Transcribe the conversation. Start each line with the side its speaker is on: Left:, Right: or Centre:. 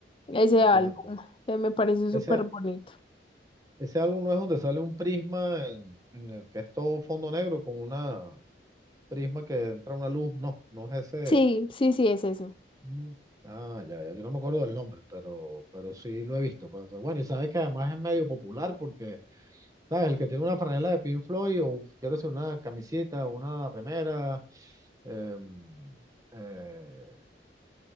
Left: ese
Right: te entiendo.
Left: álbum. eh, Me parece súper
Right: Ese,
Left: bonito.
Right: ese álbum no es donde sale un prisma en, en el que es todo fondo negro con una prisma que entra una luz. No, no es ese.
Left: Sí, sí, sí, es ese.
Right: Mm. Ah, ya, ya. Yo no me acuerdo del nombre, pero, pero sí lo he visto. pues. bueno, y sabes que además es medio popular porque, ¿sabes? El que tiene una franela de Pink Floyd o quiero decir una camiseta, una remera, em, eh,